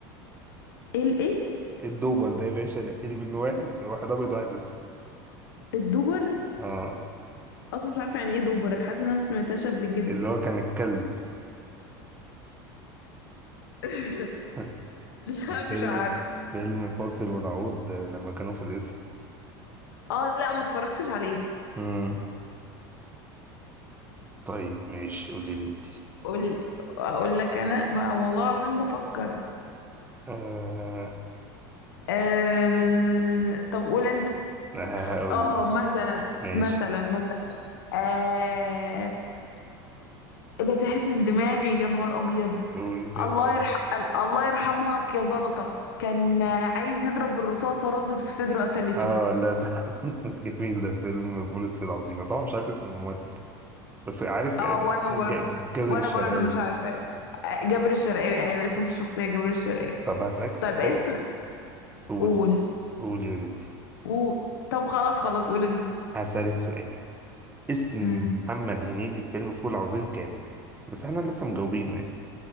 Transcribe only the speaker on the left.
الايه
الدوبر
اصلا مش عارفة يعني ايه دوبر حاسة ان انا ما سمعتهاش قبل كده
<laughs>
لا مش
عارف
اه لا ما اتفرجتش عليه
قول اقول لك انا ما والله العظيم بفكر
آه... ن- ن- ن- ن- طب قول انت
اه
مثلا
مثلا مثلا آه... ايه ده تاهت من دماغي يا نهار ابيض
الله يرح... الله يرحمك يا زلطة كان عايز يضرب الرصاصة ردت في صدره قتلته
اه
وانا
برضه
وانا
برضه مش عارفة آه، جابر الشرقاوي ايوه اسمه في الشخصية جابر الشرقاوي
طيب اسم
قول
قول طب خلاص خلاص قول انت
مم.